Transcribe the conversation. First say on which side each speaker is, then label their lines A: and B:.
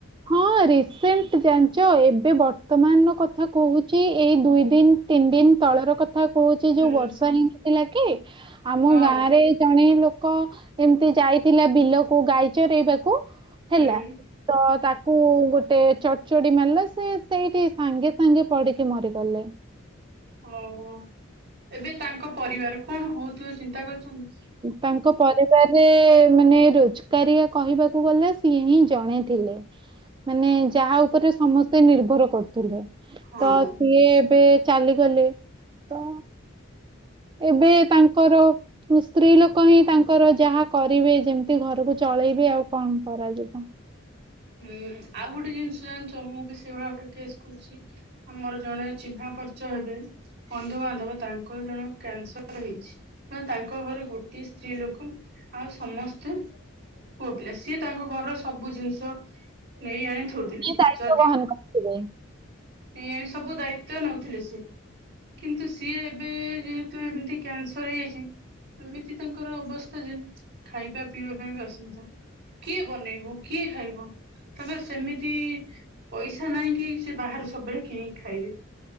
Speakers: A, on the right; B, on the right.
A: ହଁ ରିସେଣ୍ଟ ଜାଣିଛ ଏବେ ବର୍ତ୍ତମାନ ର କଥା କହୁଛି ଏଇ ଦୁଇ ଦିନ ତିନ୍ ଦିନ ତଳର କ ଥା କହୁଛି
B: ହୁଁ
A: ଯୋଉ ବର୍ଷା ହେଇନଥିଲା କି ଆମ
B: ହଁ
A: ଗାଁ ରେ ଜଣେ ଲୋ କ ଏମିତି ଯାଇଥିଲା ବିଲକୁ ଗାଈ ଚରେଇବାକୁ
B: ହୁଁ
A: ହେଲା ତ ତାକୁ କୁ ଗୋଟେ ଚଡ୍ ଚଡି ମାରିଲା ସେ ସେଇଠି ସାଙ୍ଗେ ସାଙ୍ଗେ ପଡିକି ମରିଗଲେ।
B: ଓହୋ ଏବେ ତାଙ୍କ ପରିବାର କଣ ହଉଥିଵେ ଚିନ୍ତା କରୁଚନ୍ତି।
A: ତାଙ୍କ ପରିବାରରେ ମାନେ ରୋଜ୍ କାରିଆ କହିବାକୁ ଗଲେ ସିଏ ହିଁ ଜଣେଥିଲେ। ମାନେ ଯାହା ଉପରେ ସମସ୍ତେ ନିର୍ଭର କରୁଥିଲେ
B: ହଁ।
A: ତ ସିଏ ଏବେ ଚାଲିଗଲେ ତ ଏବେ ତାଙ୍କର ସ୍ତ୍ରୀ ଲୋକ ହିଁ ତାଙ୍କର ଯାହା କରିବେ ଯେମିତି ଘରକୁ ଚଳେଇବେ ଆଉ କଣ କରାଯିବ।
B: ହୁଁ ଆଉ ଗୋଟେ ଜିନିଷ ଜାଣିଚ ମୁଁ ବି ସେଇଭଳିଆ ଗୋଟେ କେସ୍ କହୁଚି ଆମର ଜଣେ ଚିହ୍ନା ପର୍ଚ୍ଚ ହେବେ। ବନ୍ଧୁବାନ୍ଧବ ତାଙ୍କର ଜଣଙ୍କୁ କ୍ୟାନସର ହେଇଛି ନା ତାଙ୍କ ଘରେ ଗୋଟିଏ ସ୍ତ୍ରୀ ଲୋକ ଆଉ ସମସ୍ତେ ପୁଅ ପିଲା ସିଏ ତାଙ୍କ ଘରର ସବୁ ଜିନିଷ ନେଇ ଆଣେ ଥୋଉଥିଲେ
A: କିଏ ଦାୟିତ୍ୱ
B: ଯଦି
A: ବହନ କରିଥିବେ
B: ସିଏ ସବୁ ଦାୟିତ୍ଵ ନଉଥିଲେ ସି କିନ୍ତୁ ସିଏ ଏବେ ଜେହେ ଏମିତି କ୍ୟାନ୍ ସର ହେଇଯାଇଚି ଏମିତି ତାଙ୍କର ଅବସ୍ଥା ଯେ ଖାଇବା ପିଇବା ପାଇଁ ବି ଅସୁବିଧା। କିଏ ବନେଇବୁ କିଏ ଖାଇବୁ? ତପ ସେମିତି ପଇସା ନାହିଁ କିି ସେ ବାହାରୁ ସବୁବେଳେ କିନିଖାଇବେି